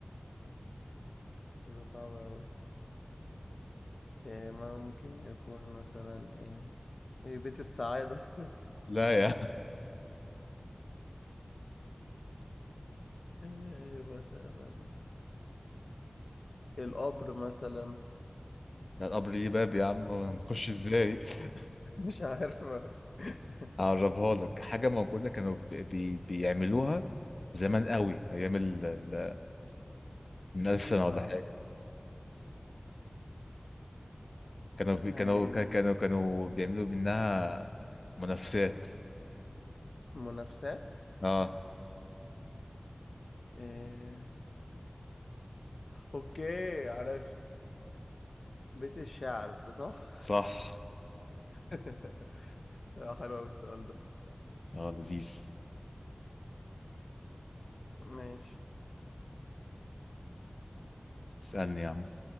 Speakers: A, on the left; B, on the left.
A: ده صعب أوي إيه ما ممكن يكون مثلا إيه إيه بيت السعادة
B: لا يا
A: <laughs> إيه مثلا القبر مثلا
B: <laughs> ده القبر ليه باب يا عم ما نخش ازاي <laughs>
A: مش عارف <laughs>
B: هقربها لك حاجة موجودة كانوا بي... بي- بيعملوها زمان قوي ايام ال... ال- من ألف سنة ولا
A: اه
B: حاجة كانوا بي...
A: إيه،
B: كانوا كا- كانوا كانوا بيعملوا منها منافسات
A: منافسات
B: اه
A: إيه. اوكي عرفت بيت الشعر صح
B: صح
A: <laughs> آه، حلو قوي السؤال ده
B: اه لذيذ
A: ماشي
B: اسألني يا عم